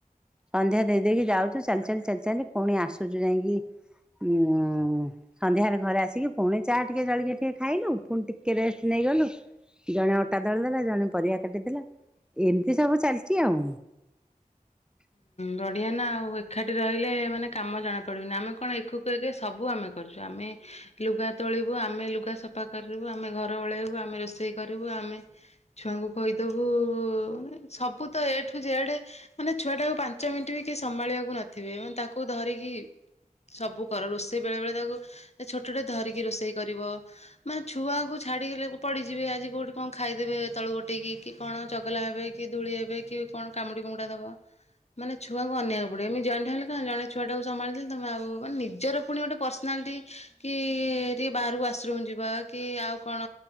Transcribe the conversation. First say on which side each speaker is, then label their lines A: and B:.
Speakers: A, in the centre; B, on the left (about 50°).
A: ସନ୍ଧ୍ୟା ଦେଇ ଦେଇକି ଯାଉଚୁ। ଚାଲି ଚାଲି ଚାଲି ଚାଲି ପୁଣି ଆସୁଚୁ ଯାଇକି ଉ ସନ୍ଧ୍ୟାରେ ଘରେ ଆସି ସିକି ପୁଣି ଚାହା ଟିକେ ଜଳିକିଆ ଟିକେ ଖାଇଲୁ। ପୁଣି ଟିକେ ରେଷ୍ଟ ନେଇଗଲୁ। ଜଣେ ଅଟା ଦଳି ଦେଲା। ଜଣେ ପରିବା କାଟିଦେଲା। ଏମିତି ସବୁ ଚାଲିଚି ଆଉ। <unintelligible> ଁ
B: ବଢ଼ିଆ ନା ଆଉ ଏକାଠି ରହିଲେ ମାନେ କାମ ଜଣାପଡ଼ିବନି। ଆମେ କଣ ଏକକୁ ଏକ ସବୁ ଆମେ କରିୁଚୁ ଆମେ ଲୁଗା ତୋଳିବୁ, ଆମେ ଲୁଗା ସଫା କରିବୁ, ଆମେ ଘର ଓଳେଇବୁ, ଆମେ ରୋଷେଇ କରିବୁ, ଆମେ ଛୁଆଙ୍କୁ କହିଦବୁ ମାନେ ସବୁ ତ ଏଠୁ ଯେଡେ, ମାନେ ଛୁଆ ଟାକୁ ପାଞ୍ଚ ମିନିଟ୍ ବି କି ସମ୍ଭାଳିବାକୁ ନଥିବୋ ମାନେ ତାକୁ ତାକୁ ଧରିକି ସବୁ କର, ରୋଷେଇ ବେଳେବେଳେ ତାକୁ, ଛୋଟଟଟେ ଧରିକି ରୋଷେଇ କରିବ। ମାନେ ଛୁଆଙ୍କୁ ଛାଡିଲେ ପଡିଯିବେ, ଆଜି କୋଉଠି କଣ ଖାଇଦେବେ ତଳୁ ଗୋଟେଇକି। କଣ ଚଗଲା ହେବେ କି, ଧୂଳି ହେବେ କି କଣ କାମୁଡ଼ି କୁାମୁଡ଼ା ଦେବ। ମାନେ ଛୁଆ ଅନେଇବାକୁ ପଡିବ, ଜଣେ ହେଲେ କଣ ଜଣେ ଛୁଆ ଟାକୁ ସମ୍ଭାଳି ଦେଲି ତମେ ଆଉ, ନିଜର ପୁଣି ଗୋଟେ ପର୍ସନାଲିଟି କି ଟିକେ ବାହାରକୁ ୱାସୁରୁମ୍ ଯିବା, କି ଆଉ କଣ,